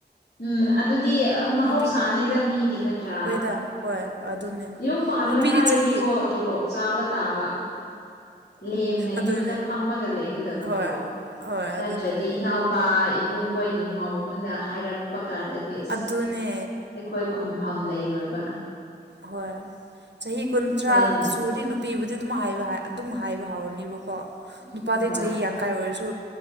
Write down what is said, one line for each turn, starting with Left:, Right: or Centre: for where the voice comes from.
Left: ꯎꯝ ꯑꯗꯨꯗꯤ ꯃꯍꯧꯁꯥꯅꯤꯗ
Right: ꯅꯨꯄꯤ
Left: ꯃꯤꯒꯤ ꯅꯠꯇ꯭ꯔꯥ
Right: ꯍꯣꯏꯗ ꯍꯣꯏ ꯑꯗꯨꯅꯦ
Left: ꯌꯨꯝ ꯄꯥꯜꯂꯣꯏ
Right: ꯅꯨꯄꯤꯗꯤ
Left: ꯍꯥꯏꯔꯗꯤꯀꯣ
Right: ꯆꯍꯤ
Left: ꯇꯣꯂꯣꯞ ꯆꯥꯕ ꯇꯥꯕ ꯂꯦꯝꯅ
Right: ꯑꯗꯨꯅꯦ
Left: ꯌꯨꯝꯗ ꯐꯝꯃꯒ ꯂꯩꯒꯗꯕꯀꯣ
Right: ꯍꯣꯏ ꯍꯣꯏ
Left: ꯅꯠꯇ꯭ꯔꯗꯤ
Right: ꯑꯗꯨꯅꯦ
Left: ꯏꯅꯥꯎ ꯏꯄꯥ ꯏꯕꯨꯡꯈꯣꯏꯒꯤ ꯃꯧꯗꯨꯅ ꯍꯥꯏꯔꯛꯄ ꯀꯥꯟꯗꯗꯤ ꯑꯁ
Right: ꯑꯗꯨꯅꯦ
Left: ꯑꯩꯈꯣꯏ ꯄꯥꯛ ꯈꯨꯝꯐꯝ ꯂꯩꯔꯣꯏꯕ
Right: ꯍꯣꯏ ꯆꯍꯤ ꯀꯨꯟꯊ꯭ꯔꯥ
Left: ꯑꯩꯈꯣꯏ
Right: ꯁꯨꯔꯗꯤ ꯅꯨꯞ ꯅꯨꯄꯤꯕꯨꯗꯤ ꯑꯗꯨꯝ ꯍꯥꯏꯕ ꯑꯗꯨꯝ ꯍꯥꯏꯕꯥ ꯍꯧꯔꯅꯤꯕꯀꯣ
Left: ꯎꯝ
Right: ꯅꯨꯄꯥꯗꯤ
Left: ꯍꯣꯏ
Right: ꯆꯍꯤ ꯌꯥ ꯝ ꯀꯥꯏ ꯑꯣꯏꯔꯁꯨ